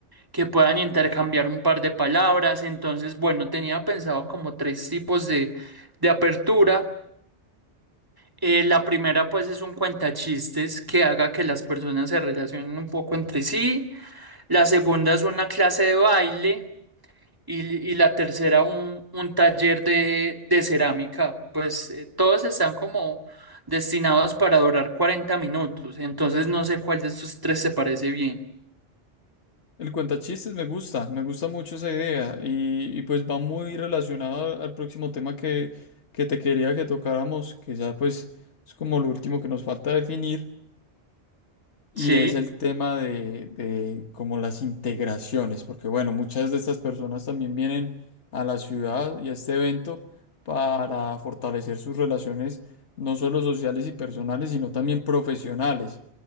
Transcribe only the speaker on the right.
que puedan intercambiar un par de palabras. Entonces, bueno, tenía pensado como tres tipos de, de apertura. Eh, la primera pues es un cuentachistes que haga que las personas se relacionen un poco entre sí. la segunda es una clase de baile y, y la tercera un, un taller de, de cerámica. Pues eh, todos están como destinados para durar 40 minutos, entonces no sé cuál de estos tres se parece bien.
Sí,